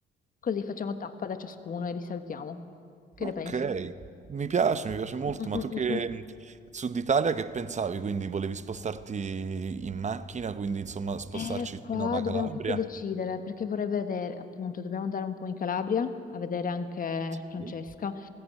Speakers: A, on the left; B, on the right.
A: Così facciamo tappa da ciascuno e li salutiamo. Che
B: Ok,
A: ne pensi?
B: mi piace, mi piace molto,
A: Mm-mm-mm-mm.
B: ma tu che Sud Italia che pensavi? Quindi volevi spostarti in macchina, quindi insomma spostarci
A: Eh, qua
B: fino alla
A: dobbiamo
B: Calabria?
A: proprio decidere perché vorrei vedere, appunto, dobbiamo andare un po' in Calabria a vedere anche
B: Sì,
A: Francesca,